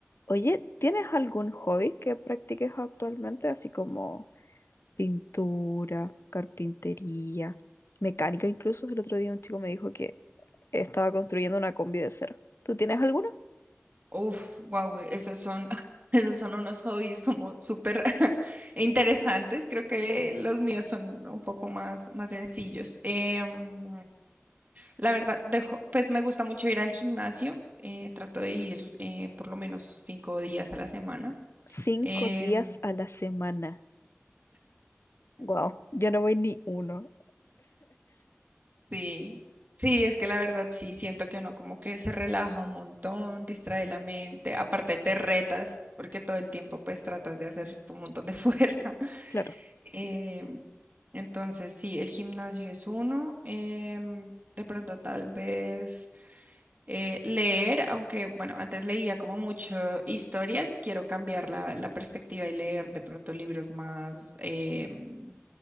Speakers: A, on the left; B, on the right.
A: Oye, ¿tienes algún hobby que practiques actualmente, así como pintura, carpintería, mecánica? Incluso el otro día un chico me dijo que estaba construyendo una combi de cero. ¿Tú tienes alguno?
B: Uf, wow, esos son, <laughs> esos son unos hobbies como súper <laughs> interesantes. Creo que los míos son un poco más, más sencillos. Em, la verdad, dejo- pues me gusta mucho ir al gimnasio. eh, trato de ir eh, por lo menos cinco días a la semana.
A: Cinco
B: Em,
A: días a la semana. Wow, yo no voy ni uno.
B: sí, sí, es que la verdad sí, siento que uno como que se relaja un montón, distrae la mente. Aparte te retas porque todo el tiempo pues tratas de hacer un montón de <laughs> fuerza.
A: Claro.
B: Em, entonces, sí, el gimnasio es uno. em, de pronto, tal vez eh, leer, aunque, bueno, antes leía como mucho historias, quiero cambiar la, la perspectiva y leer de pronto libros más em,